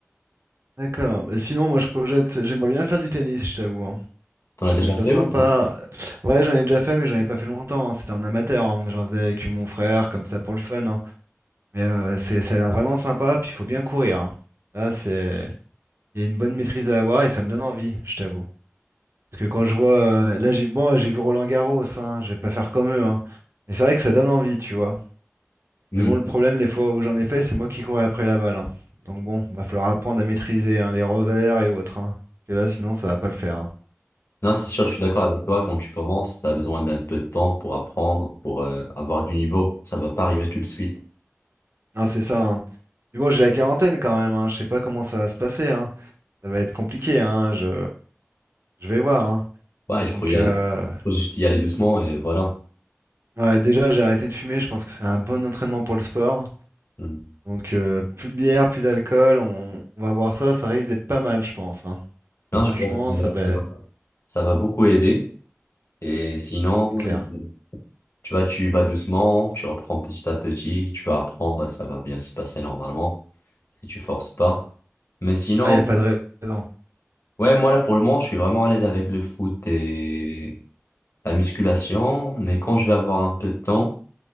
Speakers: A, on the right; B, on the left.
A: D'accord. Bah, sinon, moi je projette, j'aimerais bien faire du tennis, je t'avoue. hein.
B: T'en
A: Je
B: as
A: trouve
B: déjà
A: ça
B: fait
A: sympa.
B: ou non?
A: Ouais, j'en ai déjà fait, mais j'en ai pas fait longtemps. hein. C'était en amateur. hein. J'en faisais avec mon frère, comme ça pour le fun. hein. Mais euh, c'est, ça a l'air vraiment sympa. Puis il faut bien courir. hein. Là, c'est, il y a une bonne maîtrise à avoir et ça me donne envie, je t'avoue. Parce que quand je vois, euh, là, j'ai, bon, j'ai vu Roland Garros. Hein. Je vais pas faire comme eux. hein. Mais c'est vrai que ça donne envie, tu vois.
B: Hmm.
A: Mais bon, le problème, les fois où j'en ai fait, c'est moi qui courais après la balle. hein. Donc bon, va falloir apprendre à maîtriser hein, les revers et autres. hein. Parce que là, sinon, ça va pas le faire. hein.
B: Non, c'est sûr, je suis d'accord avec toi. Quand tu commences, tu as besoin d'un peu de temps pour apprendre, pour euh, avoir du niveau. Ça va pas arriver tout de suite.
A: Non, c'est ça. hein. Puis bon, j'ai la quarantaine quand même. Hein. Je sais pas comment ça va se passer. Hein. Ça va être compliqué. Hein. Je, je vais voir. Hein.
B: Ouais, il faut
A: Donc,
B: y aller.
A: euh,
B: Il faut juste y aller doucement et voilà.
A: ouais, déjà, j'ai arrêté de fumer. Je pense que c'est un bon entraînement pour le sport.
B: Hmm.
A: Donc, euh, plus de bière, plus d'alcool. On... on va voir ça. Ça risque d'être pas mal, je pense. hein.
B: Non,
A: Franchement,
B: je pense que ça
A: ça
B: va,
A: va.
B: ça va, ça va beaucoup aider. Et sinon,
A: Non, c'est
B: euh,
A: clair.
B: tu vois, tu y vas doucement, tu reprends petit à petit, tu vas apprendre et ça va bien se passer normalement. si tu forces pas. Mais sinon,
A: Ah, il n'y a pas de raison.
B: ouais, moi là pour le moment, je suis vraiment à l'aise avec le foot et la musculation. Mais quand je vais avoir un peu de temps,